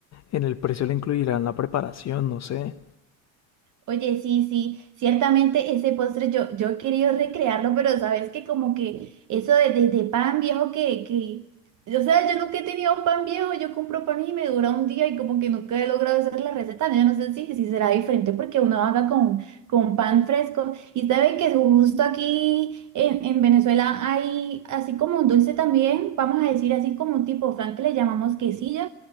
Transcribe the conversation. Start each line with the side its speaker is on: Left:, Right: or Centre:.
Left: en el precio le incluirán la preparación, no sé.
Right: Oye, sí, sí, ciertamente ese postre yo, yo he querido recrearlo, pero sabes que como que eso de, de- de pan viejo que, que, o sea, yo nunca he tenido un pan viejo, yo compro pan y me dura un día y como que nunca he logrado hacer la receta, yo no sé si, si será diferente porque uno haga con, con pan fresco y sabe que justo aquí en, en Venezuela hay así como un dulce también, vamos a decir así como un tipo flan que le llamamos quesillo